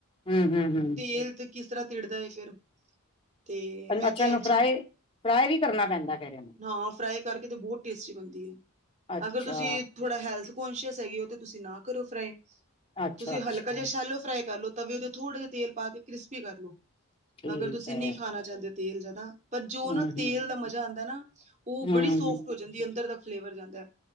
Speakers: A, on the left; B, on the right.
A: ਹੂ ਹੂ ਹੂ
B: ਤੇਲ ਤੇ ਕਿਸ ਤਰ੍ਹਾਂ ਤਿੜਦਾ ਹੈ ਫਿਰ ਤੇ ਮੈਂ
A: ਅੱਛਾ
B: ਤੇ
A: ਇਹਨੂੰ
B: ਐਂਚ
A: ਫਰਾਈ ਫਰਾਈ ਵੀ ਕਰਨਾ ਪੈਂਦਾ ਫੇਰ ਇਹਨੂੰ,
B: ਹਾਂ ਫਰਾਈ ਕਰਕੇ ਤੇ ਬਹੁਤ ਟੇਸਟੀ ਬਣਦੀ ਹੈ।
A: ਅੱਛਾ,
B: ਅਗਰ ਤੁਸੀਂ ਥੋੜ੍ਹਾ ਹੈਲਥ ਕਸ਼ੀਅਸ ਹੈਗੀ, ਤੁਸੀਂ ਨਾ ਕਰੋ ਫਰਾਈ।
A: ਅੱਛਾ-ਅੱਛਾ,
B: ਤੁਸੀਂ ਹਲਕਾ ਜਿਹਾ ਸ਼ੈਲੋ ਫਰਾਈ ਕਰ ਲੋ ਤਵੇ ਉਹਦੇ ਥੋੜ੍ਹਾ ਜਿਹਾ ਤੇਲ ਪਾ ਕੇ ਕ੍ਰਿਸਪੀ ਕਰ ਲਓ
A: ਠੀਕ
B: ਅਗਰ ਤੁਸੀਂ
A: ਹੈ।
B: ਨਹੀਂ ਖਾਣਾ ਚਾਹੁੰਦੇ ਤੇਲ ਜਾਂਦਾ। ਪਰ ਜੋ
A: ਹੂੰ-ਹੂੰ,
B: ਨਾ ਤੇਲ ਦਾ ਮਜ਼ਾ ਆਉਂਦਾ ਨਾ ਉਹ
A: ਹੂੰ,
B: ਬੜੀ ਸੋਫਟ ਹੋ ਜਾਂਦੀ ਅੰਦਰ ਦਾ ਫਲੇਵਰ ਜਾਂਦਾ।